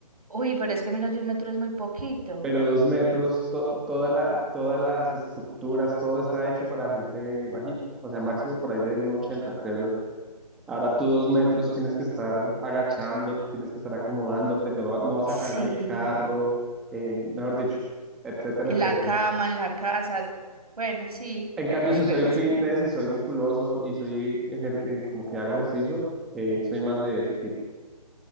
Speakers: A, on the right; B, in the centre.
A: Uy, pero es que menos de un metro es muy poquito.
B: Pero dos metros, to- toda la, todas las estructuras, todo está hecho para gente bajita. O sea, máximo por ahí de uno ochenta creo yo. Ahora tú dos metros tienes que estar agachándote, tienes que estar acomodándote, no, va- no vas
A: Sí,
B: a caber en el carro, eh, mejor dicho, etcétera,
A: en
B: etcétera.
A: la cama, en la casa. Bueno, sí.
B: En cambio,
A: Uy,
B: si
A: pero
B: soy
A: eso
B: fitness
A: es muy-
B: si soy musculoso y soy ejer- eh, como que hago ejercicio, eh, soy más de ese tipo.